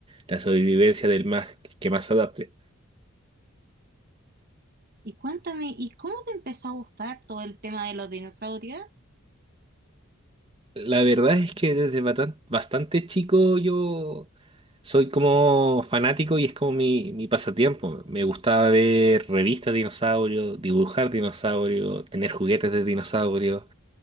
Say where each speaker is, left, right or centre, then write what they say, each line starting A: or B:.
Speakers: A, on the right; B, on the right.
A: la sobrevivencia del más que más se adapte.
B: Y cuéntame, ¿y cómo te empezó a gustar todo el tema de los dinosaurios?
A: La verdad es que desde batan- bastante chico yo soy como fanático y es como mi, mi pasatiempo. Me gustaba ver revistas de dinosaurios, dibujar dinosaurios, tener juguetes de dinosaurios,